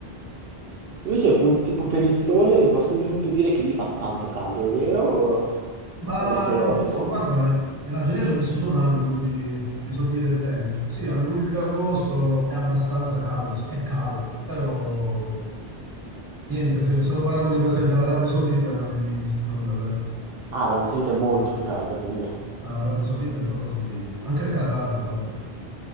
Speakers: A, on the right (about 70°); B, on the right (about 20°).
A: Invece, appunto, tipo per il sole, perché ho sempre sentito dire che lì fa tanto caldo, è vero? O
B: Ma
A: è uno stereotipo?
B: guarda, in Algeria ci ho vissuto un anno, quindi ti so dire bene. diciamo. Sì, a luglio-agosto è abbastanza caldo, sì, è caldo, però niente, se, se lo paragoni per esempio all'Arabia Saudita non è niente, nulla, dai.
A: Ah, l'Arabia Saudita è molto più calda, quindi...
B: L'Arabia Saudita è qualcosa di... anche il Qatar, vabbè.